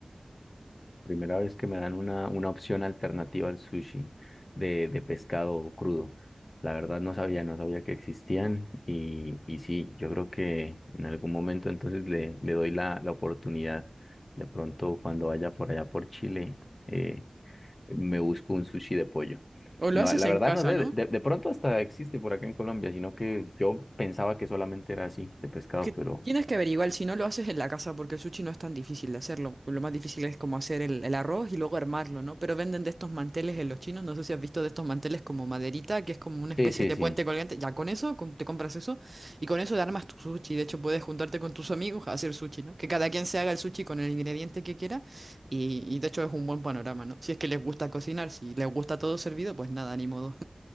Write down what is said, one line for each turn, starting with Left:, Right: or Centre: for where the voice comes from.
Left: Primera vez que me dan una, una opción alternativa al sushi de, de pescado crudo. La verdad no sabía, no sabía que existían y, y sí, yo creo que en algún momento entonces le, le doy la, la oportunidad. De pronto cuando vaya por allá por Chile, eh, me busco un sushi de pollo.
Right: O lo
Left: No,
Right: haces
Left: la
Right: en
Left: verdad
Right: casa,
Left: no sé,
Right: ¿no?
Left: de, de pronto hasta existe por acá en Colombia, sino que yo pensaba que solamente era así, de pescado,
Right: Que
Left: pero
Right: tienes que averiguar, si no lo haces en la casa, porque el sushi no es tan difícil de hacerlo. Lo más difícil es como hacer el, el arroz y luego armarlo, ¿no? Pero venden de estos manteles en los chinos, no sé si has visto de estos manteles como maderita, que es como una especie
Left: sí, sí,
Right: de
Left: sí.
Right: puente colgante. Ya con eso, con- te compras eso y con eso te armas tu sushi. De hecho, puedes juntarte con tus amigos a hacer sushi, ¿no? Que cada quien se haga el sushi con el ingrediente que quiera y, y de hecho es un buen panorama, ¿no? Si es que les gusta cocinar, si les gusta todo servido, pues nada, ni modo.